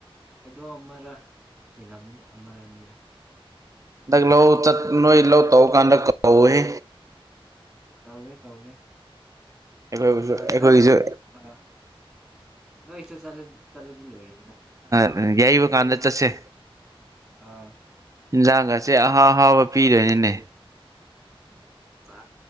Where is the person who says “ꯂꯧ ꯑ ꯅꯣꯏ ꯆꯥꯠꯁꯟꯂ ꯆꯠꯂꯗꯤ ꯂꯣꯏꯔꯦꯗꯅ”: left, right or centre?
Centre